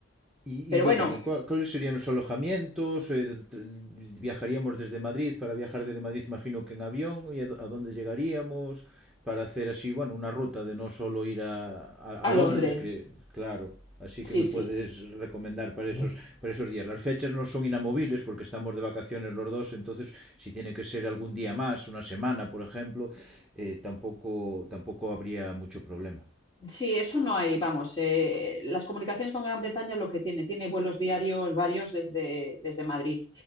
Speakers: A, in the centre; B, on the left (about 20°).
A: Y,
B: Pero
A: y dígame,
B: bueno,
A: ¿cuál- ¿cuáles serían los alojamientos? Eh, ¿Viajaríamos desde Madrid? Para viajar desde Madrid, imagino que en avión. ¿Y a, a dónde llegaríamos? Para hacer así, bueno, una ruta de no solo ir a, a- a
B: a
A: Londres,
B: Londres,
A: que claro, así
B: sí,
A: que me
B: sí.
A: puedes recomendar para esos, para esos días. Las fechas no son inamovibles porque estamos de vacaciones los dos, entonces si tiene que ser algún día más, una semana, por ejemplo, eh, tampoco, tampoco habría mucho problema.
B: Sí, eso no hay, vamos, eh, las comunicaciones con Gran Bretaña es lo que tiene, tiene vuelos diarios varios desde, desde Madrid.